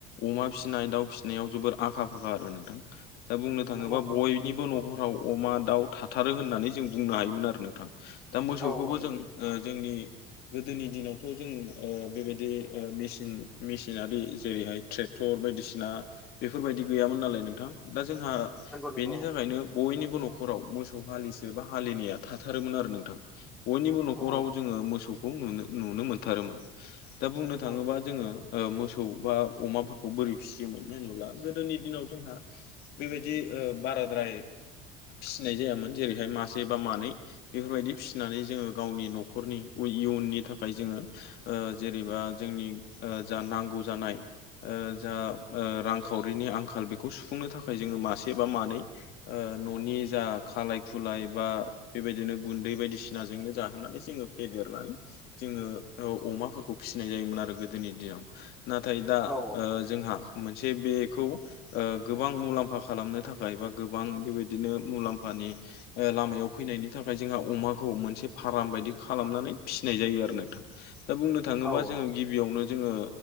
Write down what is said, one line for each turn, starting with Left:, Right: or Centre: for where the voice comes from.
Left: अमा फिसिनाय दाउ फिसिनायाव जोबोर आखा फाखा आरो नोंथां दा बुंनो थाङोबा
Centre: नंगौ नंगौ
Left: बय निबो न'फोराव अमा दाउ थाथारो होननानै जों बुंनो हायोमोन आरो नोंथां दा मोसौखौबो
Centre: औ औ नंगौ
Left: जों ओ जोंनि गोदोनि दिनावथ' जों ओ बेबायदि मेसिन मेसिनारि जेरैहाय ट्रेक क्टर बायदिसिना बेफोरबादि गैयामोन नालाय नोंथां दा जोंहा
Centre: नंगौ नंगौ
Left: बेनि थाखायनो बयनिबो न'खराव मोसौ हालिसे बा हालिनैआ थाथारोमोन आरो नोंथां बयनिबो न'खराव
Centre: औ
Left: जोङो मोसौखौनो नुनो मोनथारोमोन दा बुंनो थाङोब्ला
Centre: औ
Left: जोङो ओ मोसौ बा अमाफोरखौ बोरै फिसियोमोन होनोब्ला गोदोनि दिनाव जोंहा बेबायदि ओ‌ बाराद्राय फिसिनाय जायामोन जेरैहाय मासे बा मानै बेफोरबादि फिसिनानै जोङो गावनि न'खर न'खरनि इयुननि थाखाय जोङो ओ जेरैबा जोंनि ओ जा नांगौ जानाय जा रां खावरिनि आंखाल बेखौ सुफुंनो थाखाय जोङो मासे बा मानै ओ न'नि जा खालाय खुलाय बा बेबायदिनो गुन्दै बायदिसिनाजोंनो जाहोनानै जोङो फेदेरनानै जोङो औ अमाफोरखौ फिसिनाय जायोमोन आरो गोदोनि दिनाव नाथाय ओ दा
Centre: औ
Left: जोंहा मोनसे बेखौ ओ गोबां मुलाम्फा खालामनो थाखाय बा गोबां बेबायदिनो मुलाम्फानि ओ लामायाव फैनायनि थाखाय जोंहा अमाखौ मोनसे फार्म बादि खालामनानै फिसिनाय जायो आरो नोंथां दा बुंनो थाङोबा
Centre: औ
Left: जोङो
Centre: औ
Left: गिबिआवनो जोङो